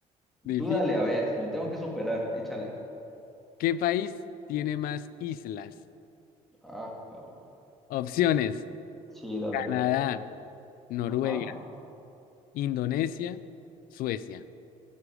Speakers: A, on the left; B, in the centre.
A: difícil.
B: Tú dale, a ver, me tengo que superar. Échale.
A: ¿Qué país tiene más islas?
B: Ah, cabrón.
A: Opciones:
B: Sí, dale.
A: Canadá, Noruega,
B: Ajá.
A: Indonesia, Suecia.